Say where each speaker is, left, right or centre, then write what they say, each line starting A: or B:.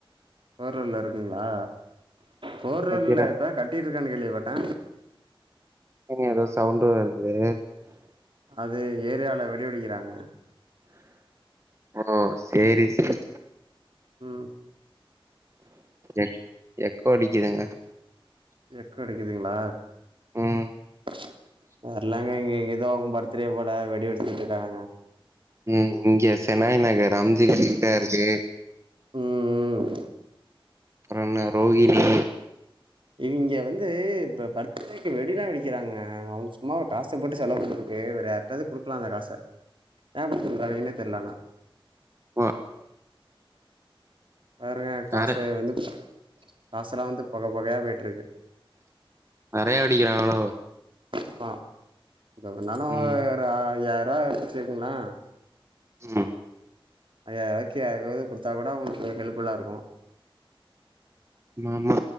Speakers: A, on the right; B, on the right.
A: போரூர்ல்ல இருக்குங்ளா போரூர்ல்ல
B: நெனைக்கிறேன்
A: இப்பதா கட்டிருக்கா கேள்விபட்ட
B: எங்க ஏதோ சவுண்டு வருது
A: அது ஏரியாவு ல வெடிவெடிக்றாங்க
B: ஓ சேரி சேரி
A: ம்
B: எக் எக்கோ அடிக்குதுங்க
A: எக்கோ அடிக்குதுங்ளா
B: ம்
A: தெர்ல ஏங்க இங்க இங்க ஏதோவு பர்த்டே போல வெடி வெடிச்சுட்டு இருக்கானுங்க
B: ம் இங்க செனாய் நகர் அம்ச்சி கிட்ட இருக்கு
A: ம், ம்.
B: அப்பற என்ன ரோகினி
A: இங்க வந்து பர்த்டேக்கு வெடிலா வெடிக்கிறாங்க <unintelligible> சும்மா ஒரு காச போட்டு செலவு பண்றதுக்கு வேற யார்ட்டாவது குடுக்லா அந்த காச ஏ இப்டி பன்றாங்கனே தெரியல ஆனா
B: ஒ
A: பாருங்க காச
B: நெற
A: வந்து காசெல்லா வந்து பொக பொகயா போயிட்டு இருக்கு
B: நெறைய வெடிக்கிறாங்களோ
A: ஆமா எப்டி இருந்தாலு ஒ
B: ம்
A: ஒரு ஆயி ஐயா <unintelligible> வச்சுங்ளே
B: ஆமா
A: ஐயாயிரூவாக்கி யாருக்காவது குடுத்தா கூட அவுங்களுக்கு ஒரு ஹெல்ப் ஃபுல்லா இருக்கு
B: ஆமா ஆமா